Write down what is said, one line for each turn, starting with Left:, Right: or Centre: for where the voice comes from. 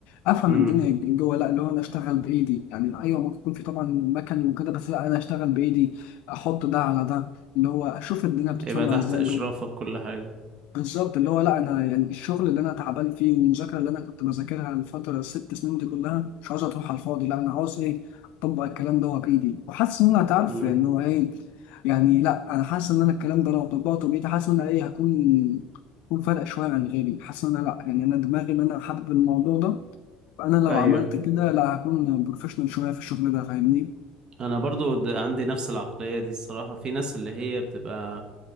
Left: افهم
Right: امم
Left: الدنيا جوه لا اللي هو انا اشتغل بايدي يعني ايوه ممكن يكون في طبعا مكن وكده بس لا انا اشتغل بايدي احط ده على ده اللي هو اشوف الدنيا بتتصنع
Right: يبقى تحت
Left: ازاي
Right: اشرافك
Left: جوه
Right: كل حاجة
Left: بالظبط اللي هو لا انا يعني الشغل اللي انا تعبان فيه والمذاكره اللي انا كنت بذاكرها الفتره الست سنين دي كلها مش عاوز تروح على الفاضي لا انا عاوز ايه اطبق الكلام ده بايدي وحاسس ان انا هتعرف
Right: امم
Left: لان هو ايه يعني لا انا حاسس ان انا الكلام ده لو طبقته بايدي حاسس ان انا ايه هكون هكون فارق شويه عن غيري حاسس ان انا لا يعني انا دماغي ان انا حابب الموضوع ده فانا لو
Right: ايوه
Left: عملت كده لا هكون بروفيشنال شويه في الشغل ده فاهمني؟
Right: انا برضو د- عندي نفس العقلية دي الصراحة في ناس اللي هي بتبقى